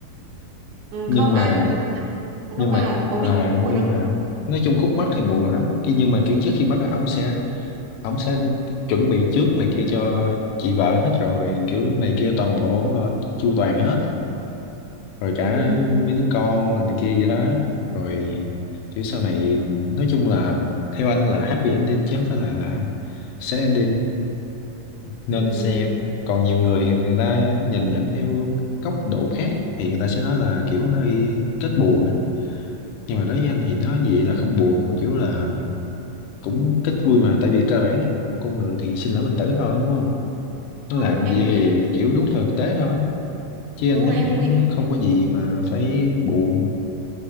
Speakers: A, on the right; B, on the left.
A: ừ,
B: nhưng
A: không
B: mà
A: ai rồi cũng chẳng
B: nhưng
A: nó mà
B: mà
A: là nó có
B: à,
A: bị buồn
B: nhưng
A: không
B: mà nói chung khúc mắc thì buồn lắm Ki- nhưng mà kiểu trước khi mất á ổng sẽ ổng sẽ chuẩn bị trước này kia cho chị vợ hết rồi kiểu này kia toàn bộ ổng lo chu toàn hết rồi cả
A: ừ,
B: mấy đứa con rồi này kia vậy đó rồi kiểu sau này nói chung là theo anh là happy ending chứ không phải là sad ending nên
A: ừ,
B: xem còn nhiều người thì người ta nhìn nhận theo góc độ khác thì người ta sẽ nói là kiểu hơi kết buồn á nhưng mà đối với
A: ừ.
B: anh thì nó như vậy là không buồn mà kiểu là cũng ít vui mà tại vì cơ bản con người thì sinh lão bệnh tử thôi đúng không nó
A: Đúng
B: làm
A: rồi em
B: vậy
A: cũng
B: thì
A: nghĩ
B: kiểu đúng theo thực tế thôi chứ
A: đúng
B: anh thấy
A: rồi em
B: cũng
A: cũng nghĩ
B: không có gì mà phải buồn